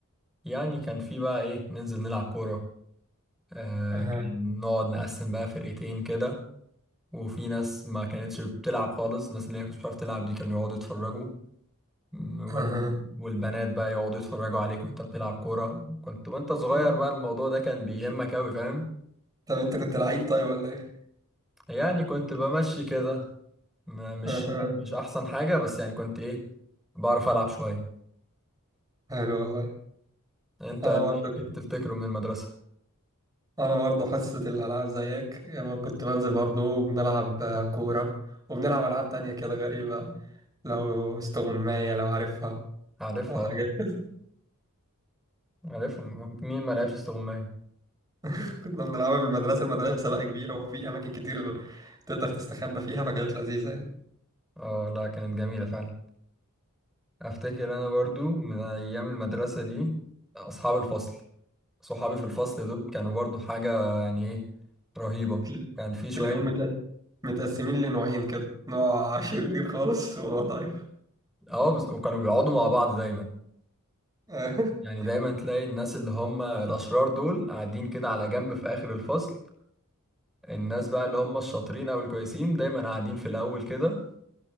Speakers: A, in the centre; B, on the right (about 15°).
A: يعني كان في بقى ايه ننزل نلعب كوره آه
B: اها
A: كان نقعد نقسم بقى فرقتين كده وفي ناس ما كانتش بتلعب خالص الناس اللي هي كانت بتعرف تلعب دي كانوا يقعدوا يتفرجوا م، وال...
B: اها
A: والبنات بقى يقعدوا يتفرجوا عليك وانت بتلعب كورة كنت وانت صغير
B: إيه؟
A: بقى الموضوع ده كان بيهمك أوي فاهم
B: طب انت كنت لعيب طيب ولا ايه
A: يعني كنت بمشي كده ما- مش
B: اها
A: مش أحسن حاجة بس يعني كنت إيه بعرف ألعب شوية
B: حلو والله
A: انت
B: انا
A: ايه
B: برضه كنت-
A: إيه تفتكره من المدرسة
B: انا برضه حصة الالعاب زيك يعني كنت بنزل برضه بنلعب كورة وبنلعب العاب تانية كده غريبة لو استغماية لو عارفها
A: عارفها
B: وحاجات
A: اه
B: كده
A: عارفها مين ما لعبش استغماية
B: <laughs> كنا بنلعبها في المدرسة المدرسة بقى كبيرة وفي أماكن كتير تقدر تستخبى فيها فكانت لذيذة يعني
A: اه لا كانت جميلة فعلا افتكر انا برضو من ايام المدرسة دي اصحاب الفصل صحابي في الفصل دول كانوا برضو حاجة يعني ايه رهيبة
B: تل-
A: كان في شوية
B: تلاقيهم متق- متقسمين لنوعين كده نوع شرير خالص ونوع ضعيف
A: اه بس وكانوا بيقعدوا مع بعض دايما
B: <laughs>
A: يعني دايما تلاقي الناس اللي هم الأشرار دول قاعدين كده على جنب في آخر الفصل الناس بقى اللي هم الشاطرين أو الكويسين دايما قاعدين في الأول كده